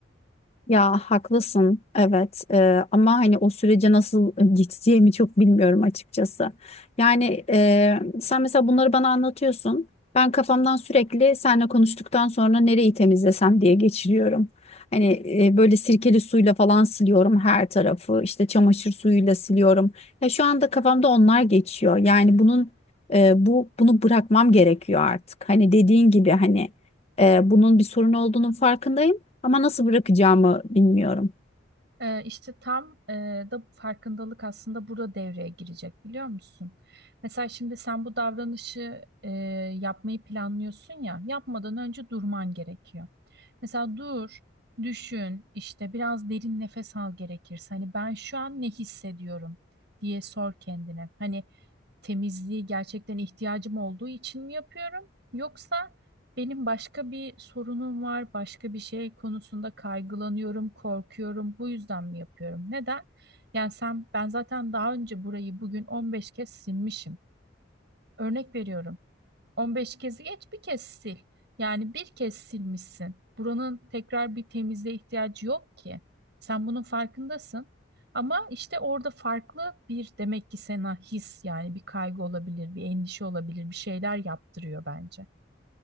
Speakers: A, on the left; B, on the right.
A: Ya haklısın evet Ee, ama hani o sürece nasıl geçeceğimi çok bilmiyorum açıkçası. Yani e, sen mesela bunları bana anlatıyorsun. Ben kafamdan sürekli seninle konuştuktan sonra nereyi temizlesem diye geçiriyorum. Hani e, böyle sirkeli suyla falan siliyorum her tarafı işte çamaşır suyuyla siliyorum. Ya şu anda kafamda onlar geçiyor. Yani bunun e, bu bunu bırakmam gerekiyor artık. Hani dediğin gibi hani e, bunun bir sorun olduğunun farkındayım. Ama nasıl bırakacağımı bilmiyorum.
B: Ee, işte tam e, da farkındalık aslında burada devreye girecek biliyor musun? Mesela şimdi sen bu davranışı e, yapmayı planlıyorsun ya, yapmadan önce durman gerekiyor. Mesela dur, düşün, işte biraz derin nefes al gerekirse. Hani ben şu an ne hissediyorum diye sor kendine. Hani temizliği gerçekten ihtiyacım olduğu için mi yapıyorum? Yoksa benim başka bir sorunum var, başka bir şey konusunda kaygılanıyorum, korkuyorum. Bu yüzden mi yapıyorum? Neden? Yani sen, ben zaten daha önce burayı bugün 15 kez silmişim. Örnek veriyorum. 15 kezi geç bir kez sil. Yani bir kez silmişsin. Buranın tekrar bir temizliğe ihtiyacı yok ki. Sen bunun farkındasın. Ama işte orada farklı bir demek ki sana his yani bir kaygı olabilir, bir endişe olabilir, bir şeyler yaptırıyor bence.